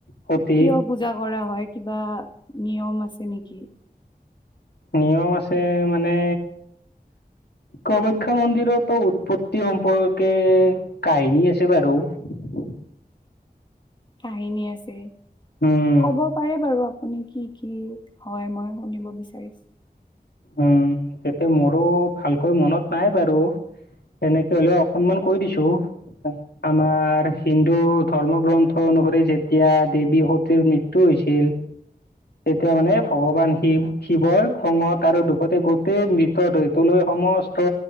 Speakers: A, on the left; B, on the left.
A: সতীক
B: কিয় পুজা কৰা হয় কিবা নিয়ম আছে নেকি?
A: নিয়ম আছে মানে কামাখ্যা মন্দিৰতো উৎপত্তি সম্পৰ্কে কাহিনী আছে বাৰু। হয়। <inaudible>
B: কাহিনী আছে
A: উম,
B: কব পাৰে বাৰু আপ পুনি কি কি হয় মই শুনিব বিচাৰিছোঁ?
A: উম তেতিয়া মোৰো ভালকৈ মনত নাই বাৰু। সেনেকে হলে অকনমান কৈ দিছো। আমাৰ হিন্দু ধৰ্ম গ্ৰন্থ অনুসৰি যেতিয়া দেৱী সতীৰ মৃত্যু হৈছিল তেতিয়া মানে
B: হয়
A: ভগৱান শিৱ শিৱই খঙত আৰু দুখতে গোটেই মৃতটোলৈ সমস্ত